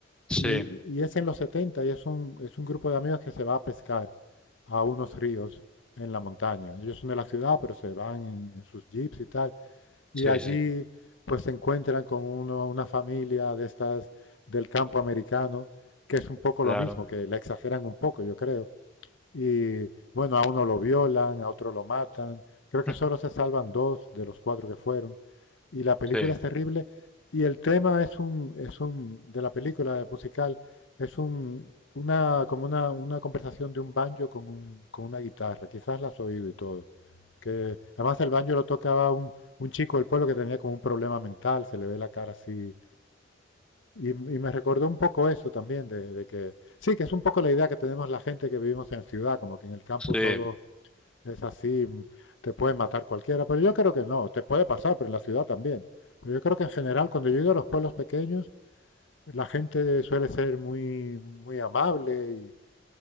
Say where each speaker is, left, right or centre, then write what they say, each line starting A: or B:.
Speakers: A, in the centre; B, on the left.
A: sí,
B: Y, y es en los 70 y es un, es un grupo de amigos que se va a pescar a unos ríos en la montaña. Ellos son de la ciudad, pero se van en, en sus jeeps y tal. Y
A: sí,
B: allí
A: sí,
B: pues se encuentran con uno, una familia de estas del campo americano, que es un poco
A: claro.
B: lo mismo, que la exageran un poco, yo creo y bueno, a uno lo violan, a otro lo matan. Creo que
A: <laughs>
B: solo se salvan dos de los cuatro que fueron. Y la película
A: Sí,
B: es terrible. Y el tema es un, es un, de la película musical, es un, una, como una, una conversación de un banjo con, un, con una guitarra. Quizás la has oído y todo. Que además el banjo lo tocaba un, un chico del pueblo que tenía como un problema mental, se le ve la cara así y, y me recordó un poco eso también, de, de que sí, que es un poco la idea que tenemos la gente que vivimos en ciudad, como que en el campo
A: sí.
B: todo es así, mm, te puede matar cualquiera, pero yo creo que no, te puede pasar, pero en la ciudad también. Pero yo creo que en general, cuando yo he ido a los pueblos pequeños, la gente suele ser muy, muy amable y